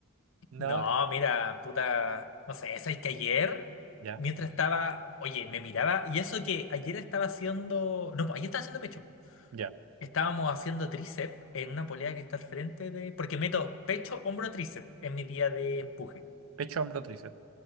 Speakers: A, on the right (about 70°); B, on the left (about 60°).
A: No,
B: No, mira, puta. No sé, ¿sabes que ayer?
A: ya,
B: Mientras estaba, oye, me miraba, y eso que ayer estaba haciendo, no, pues ayer estaba haciendo pecho.
A: ya.
B: Estábamos haciendo tríceps en una polea que está al frente de... Porque meto pecho, hombro, tríceps en mi día de empuje.
A: Pecho, hombro, tríceps.